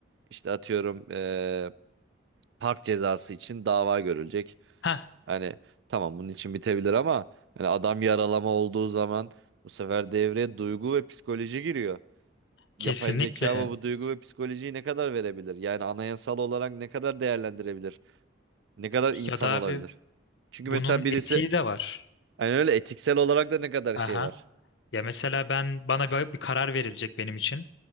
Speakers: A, on the right; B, on the left.
A: İşte atıyorum e, park cezası için dava görülecek.
B: Ha
A: Hani tamam bunun için bitebilir ama hani adam yaralama olduğu zaman bu sefer devreye duygu ve psikoloji giriyor. Yapay
B: kesinlikle.
A: zeka bu bu duygu ve psikolojiyi ne kadar verebilir? Yani anayasal olarak ne kadar değerlendirebilir? Ne kadar insan
B: Ya da
A: olabilir?
B: abi
A: Çünkü
B: bunun
A: mesela birisi
B: etiği de var.
A: hani öyle etiksel olarak da ne kadar
B: Aha.
A: şey var.
B: Ya mesela ben bana bir, bir karar verilecek benim için.